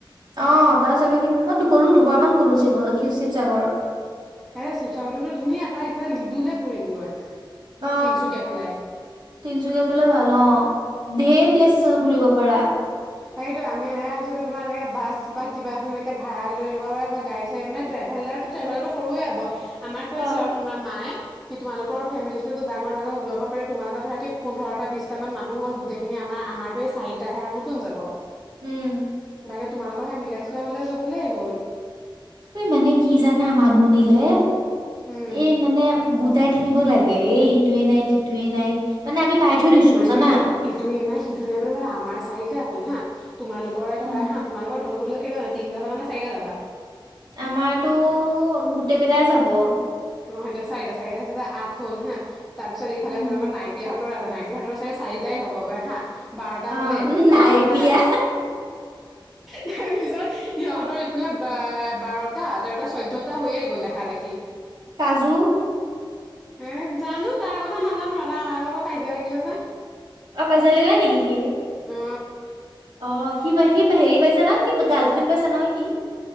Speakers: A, on the right; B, in the centre.
A: অ তাৰ চাগে, কিন্তু মই গ'লো দুবাৰ মান গ'লো শিৱ শিৱচাগৰ।
B: এ শিৱচাগৰটোতো ধুনীয়া তাই ইফালে লিডে ফুৰিমগৈ।
A: অ,
B: তিনচুকীয়া ফালে
A: তিনচুকীয়া ফেলেওঁ ভাল অ। ঢেৰ প্লেছ আছে ঘূৰিব পাৰা।
B: সেইটো আমি এনেকে হৈছো কি তোমাৰ এনেকে বাছ বা কিবা এখন ভাড়া লৈ লব পাৰা বা গাড়ী চাৰি মানে টেভেল ট্ৰেভেলাৰটো সৰুয়ে হব। আমাৰ কৈ
A: অ'।
B: আছে আৰু তোমাৰ মাই কি তোমালোকৰ ফেমিলিটোটো ডাঙৰ হৈ ন, ওলাব পাৰা। তোমালোকৰ ধৰা কি পোন্ধৰটা, বিছটা মান মানুহ হ'ল গোটেই খি আমাৰ আমাৰতো এই চাৰিটাহে। আৰুনো কোন যাব?
A: উম,
B: বাকী তোমালোক কে মিলাই চিলাই হলে যা গলেই হ'ল।
A: এই মানে কি জানা? মানুহ নিলে
B: উম,
A: এই মানে গোটাই থাকি থাকিব লাগে। এই ইটোৱে নাই সিটোৱে নাই মানে আমি পাই থৈ দিছো
B: এ মানে
A: জানা।
B: ইটোৱে নাই সিটো নাই মানে মে আমাৰ চাৰিটা হ'ল হা। তোমালোকৰে ধৰা
A: উম।
B: হা, তোমালোকৰ ধৰি গলেও কে তিনিটা যাবা নে চাৰিটা যাবা?
A: আমাৰতো গোটেই কেইটাই যাব।
B: অ হেটোৱে। চাৰিটা চাৰিটা চিটা আঠ হল হা তাৰ পিছত ইফালে
A: উম,
B: তোমাক নাইপিয়া তৰ আছে নাইপিয়াহতৰো চাগে চাৰিটাই হ'বগৈ হা। বাৰটা
A: অ
B: হলে।
A: নাই
B: সিহঁতৰ
A: বিয়া
B: তাৰ পিছত সিহঁতৰ এইফিলাক বাৰটা, তেৰটা, চৈধ্যটা হৈয়ে গ'ল দেখা দেখি।
A: কাজু
B: হে জানো, তাৰ কথা নাজানো। দাদা আমাৰ লগত আকৌ কাজিয়া লাগিলে যে।
A: অ কাজিয়া লাগিলে নেকি সি?
B: অ।
A: অ সি মাই সি প হেৰি পাইছে নহয় সি গাৰ্লফ্ৰেণ্ড পাইছে নহয় সি।